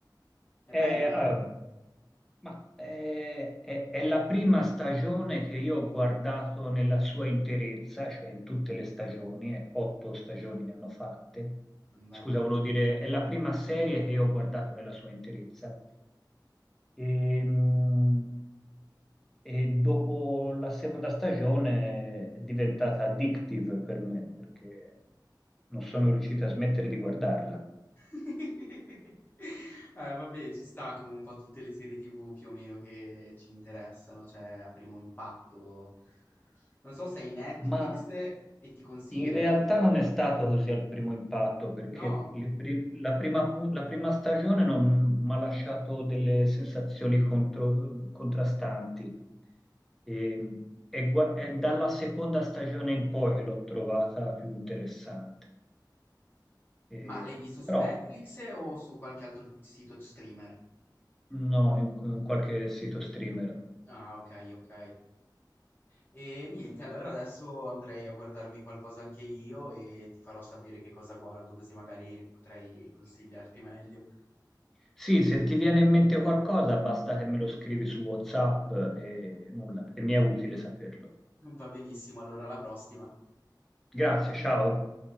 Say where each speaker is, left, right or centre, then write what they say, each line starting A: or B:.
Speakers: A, on the left; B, in the centre.
A: È
B: È,
A: bella?
B: ah, ma è, è- è la prima stagione che io ho guardato nella sua interezza, cioè in tutte le stagioni, eh, otto stagioni ne hanno fatte.
A: Mamma
B: Scusa,
A: mia.
B: volevo dire, è la prima serie che io ho guardato nella sua interezza e, mh, e dopo la seconda stagione è diventata addictive per me perché non sono riuscito a smettere di guardarla.
A: <laughs> Eh, vabbè, ci sta come un po' tutte le serie TV più o meno che ci interessano, cioè a primo impatto. Non so se hai Netflix
B: Ma
A: eh, e ti consiglierei
B: in realtà
A: anche...
B: non è stato così al primo impatto perché
A: No,
B: il pri- la prima, pu- la prima stagione non mi ha lasciato delle sensazioni contro- contrastanti. Ehm, E, è, gua- è dalla seconda stagione in poi che l'ho trovata più interessante. E-
A: ma l'hai visto su
B: però
A: Netflix o su qualche altro sito streamer?
B: No, in, in qualche sito streamer.
A: Ah, ok, ok. E niente, allora adesso andrei a guardarmi qualcosa anche io e ti farò sapere che cosa guardo, così magari potrei consigliarti meglio.
B: Sì, se ti viene in mente qualcosa, basta che me lo scrivi su WhatsApp e nulla, e mi è utile saperlo.
A: Va benissimo, allora alla prossima.
B: Grazie, ciao.